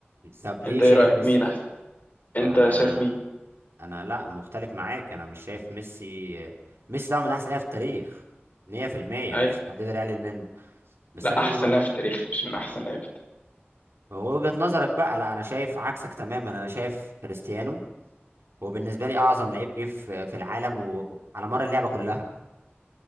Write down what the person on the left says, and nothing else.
انت
ايه رايك
مين احسن
انت
شايف مين
اي
لا
احسن
لاعب في التاريخ مش من احسن لاعب في التاريخ